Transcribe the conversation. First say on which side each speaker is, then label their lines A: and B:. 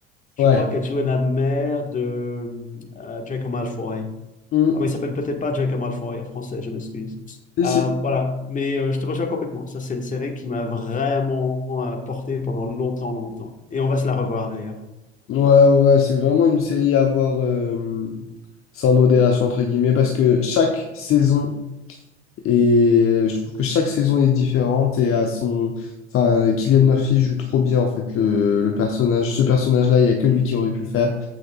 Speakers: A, on the left (about 20°); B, on the left (about 40°).
A: Je
B: Ouais.
A: crois qu'elle jouait la mère de euh, Draco Malfoy.
B: Mhm.
A: Ah, mais il s'appelle peut-être pas Draco Malfoy en français, je m'excuse.
B: Si,
A: Euh,
B: si.
A: voilà, mais euh, je te rejoins complètement. Ça, c'est une série qui m'a vraiment euh, porté pendant longtemps, longtemps. Et on va se la revoir d'ailleurs.
B: Ouais, ouais, c'est vraiment une série à voir euh, sans modération, entre guillemets, parce que chaque saison, et je trouve que chaque saison est différente et à son. Enfin, Cillian Murphy joue trop bien, en fait, le, le personnage. Ce personnage-là, il n'y a que lui qui aurait pu le faire.